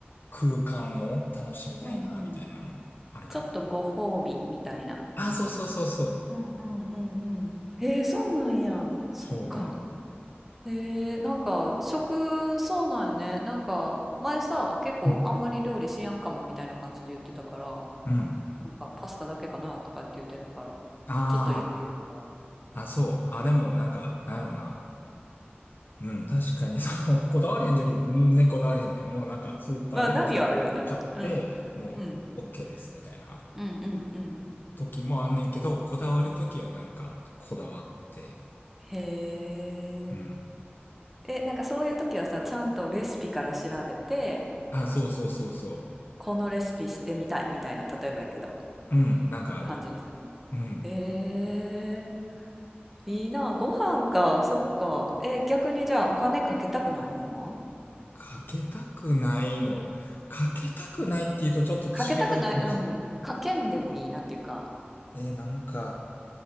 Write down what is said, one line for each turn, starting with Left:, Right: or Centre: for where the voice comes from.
Left: 空間を楽しみたいな、
Centre: うんうん。
Left: みたいなのあるかな。
Centre: ちょっとご褒美みたいな。
Left: あ、そうそうそうそう。
Centre: うんうんうんうん。えー、そうなんや。そっか。
Left: そうやね。
Centre: へえ、なんか食、そうなんやね。なんか前さ、結構あんまり料理しやんかもみたいな感じで言ってたから、
Left: うん。うん。
Centre: なんかパスタだけかなとかって言ってたから、
Left: あ
Centre: ちょっと意外やったわ。
Left: あ、あ、そう。あ、でも、なんか、なんやろな。うん、確かに、<laughs> その、こだわれへんときは全然こだわれへんねん。もうなんか、スーパーでお惣菜買って、
Centre: まあ、波はあるよね。うん。
Left: もう、
Centre: うん。
Left: OK です、みたいな
Centre: うんうんうん。
Left: 時もあんねんけど、こだわるときはなんか、
Centre: うん
Left: こだわって。
Centre: へえ。
Left: うん。
Centre: え、なんかそういう時はさ、ちゃんとレシピから調べて、
Left: あ、そうそうそうそ
Centre: このレシピしてみたいみたいな、例えばやけど、
Left: う。うん、なんかある。
Centre: 感じにするの。
Left: うん。
Centre: へいいな、ご飯か、そっか。え、逆にじゃあお金かけたくないもんは
Left: かけたくないの。かけたくないっていうとちょっと違うかもし
Centre: かけたくない、うん。かけんでもいいなっていうか。
Left: れない。えー、なんか、